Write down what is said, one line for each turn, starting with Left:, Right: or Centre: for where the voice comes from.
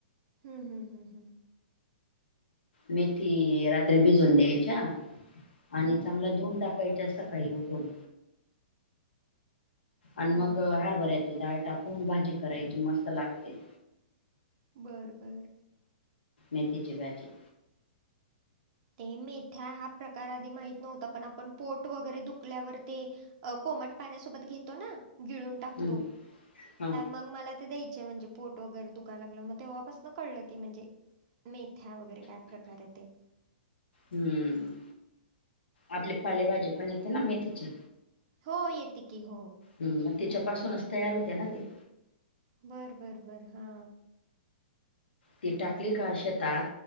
Right: हम्म हम हम् हम.
Left: मेथी रात्री भिजून द्यायच्या. आणि
Right: हम्म.
Left: चांगलं धुन टाक प्यायचं सकाळी उठून. आणि
Right: हो
Left: मग हरभऱ्याची डाळ टाकून भाजी करायची मस्त लागते.
Right: बरं बरं.
Left: मेथीची भाजी.
Right: ते मेथ्या हा प्रकार आधी माहित नव्हता. पण आपण पोट वगैरे दुखल्यावर ते अ कोमट पाण्यासोबत घेतो ना, गिळून टाकतो.
Left: हम्म हा
Right: मग मला ते द्यायचे. म्हणजे पोट वगैरे दुखा लागलं मग तेव्हापासन कळलं की म्हणजे- मेथ्या वगैरे काय प्रकार ते.
Left: हम्म. आपली पालेभाजी पण येते ना मेथीची.
Right: हो येते की, हो.
Left: हम् मग तिच्यापासूनच तयार होते ना ते.
Right: बरं बरं बरं. हा
Left: ती टाकली का शेतात.